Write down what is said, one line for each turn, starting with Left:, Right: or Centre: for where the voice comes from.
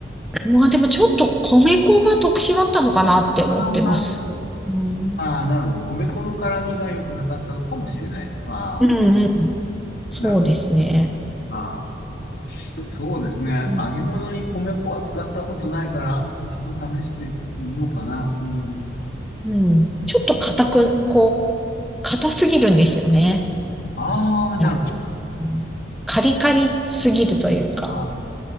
Centre: まあでもちょっと米粉が特殊だったのかなって思ってます。
Left: ああ、でも
Centre: うん。
Left: ああ、なるほど。米粉の辛みが良くなかったのかもしれないと。ああ、
Centre: うんうん。そうですね。
Left: なるほど。ああ、そうですね。
Centre: うん。
Left: 揚げ物に米粉は使ったことないから、一度試してみようかな。うん。
Centre: うんちょっと硬く、こう、硬すぎるんですよね。
Left: ああ、
Centre: いや、
Left: なるほど。
Centre: うんカリカリすぎるというか。
Left: ああ、